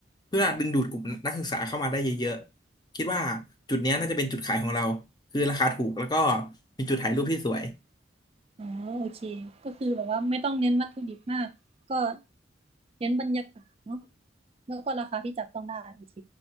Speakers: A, on the left; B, on the right.
A: เพื่อดึงดูดกลุ่มนักศึกษาเข้ามาได้เยอะๆคิดว่าจุดเนี้ยน่าจะเป็นจุดขายของเราคือราคาถูกแล้วก็มีจุดถ่ายรูปที่สวย
B: อ๋อโอเคก็คือแบบว่าไม่ต้องเน้นวัตถุดิบมากก็เน้นบรรยากาศเนาะแล้วก็ราคาที่จับต้องได้โอเค